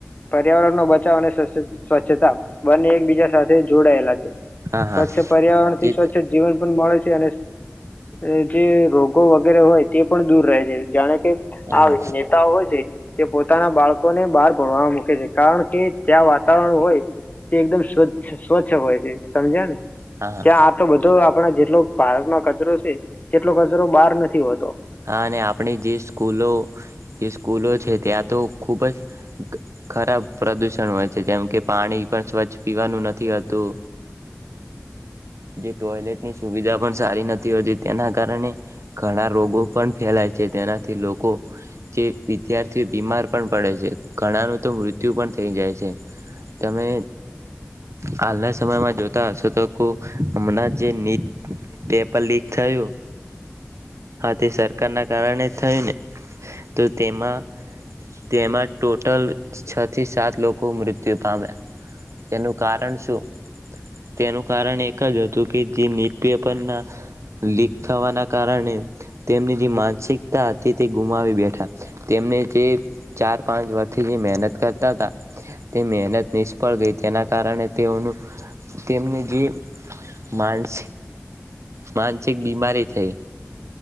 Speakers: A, on the left; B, on the right.
A: પર્યાવરણ નો બચાવ અને સ સ્વચ્છતા બને એકબીજા સાથે જોડાયેલા છે.
B: હા હા
A: સ્વચ્છ પર્યાવરણ થી
B: જે
A: સ્વચ્છ જીવન પણ મળે છે. <inaudible> એ જે રોગ ગો વગેરે હોય તે પણ દૂર રહે છે. જાણે કે
B: હા
A: આ નેતા હોય છે તે પોત બાળકોને બહાર ભણવા મૂકે છે. કારણ કે ત્યાં વાતાવરણ હોય તે એકદમ સ્વચ્છ સ્વચ્છ હોય છે. સમજયા ને
B: હા હા
A: ત્યાં આ તો બધું આપણા જે એટલો ભારતમાં કચરો છે. કેટલોક કચરો બહાર નથી હોતો.
B: હા અને આપણે જે સ્કૂલો જે સ્કૂલો છે ત્યાં તો ખૂબ જ ખરાબ પ્રદૂષણ હોય છે જેમ કે પાણી પણ સ્વચ્છ પીવાનું નથીતું. જે ટોયલેટની સુવિધા પણ સારી નથી હોતી તેના કારણે ઘણા રોગો પણ ફેલાય છે તેનાથી લોકો જે વિદ્યાર્થી બીમાર પણ પડે છે ઘણાનું તો મૃત્યુ પણ થઈ જાય છે તમે હાલના સમયમાં જોતા હશો તો હમણાં જે પેપર લીક થયું તે સરકારના કારણે થયુંને તો તેમાં તેમાં ટોટલ છ થી સાત લોકો મૃત્યુ પામ્યા તેનું કારણ શું તેનું કારણ એક જ હતું કે જે ન્યૂઝ પેપરના લીક થવાના કારણે તેમની જે માનસિકતા હતી તે ગુમાવી બેઠા તેમને જે ચાર પાંચ વર્ષથી જે મહેનત કરતા હતા તે મહેનત નિષ્ફળ ગઈ તેના કારણે તેઓનું તેમની જે માનસ માનસિક બીમારી થઈ.